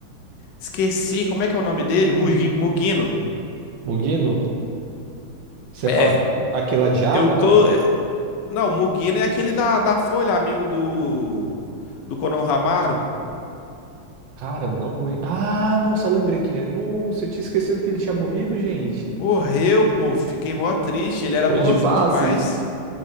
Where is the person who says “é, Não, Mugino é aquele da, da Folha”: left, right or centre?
Left